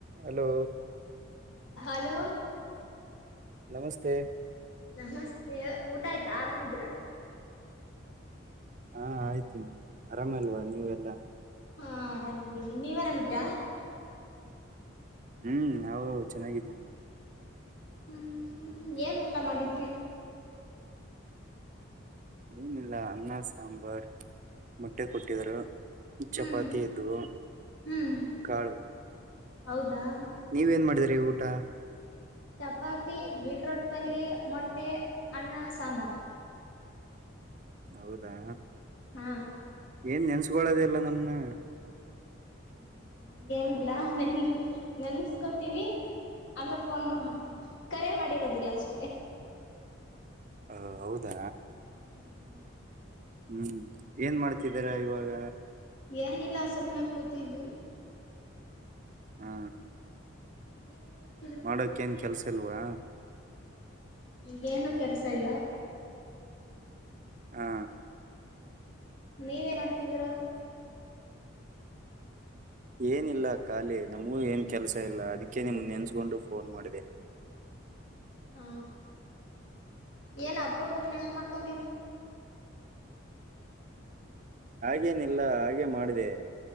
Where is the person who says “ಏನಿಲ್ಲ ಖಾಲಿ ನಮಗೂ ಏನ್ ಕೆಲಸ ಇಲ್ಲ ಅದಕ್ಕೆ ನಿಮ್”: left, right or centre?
Right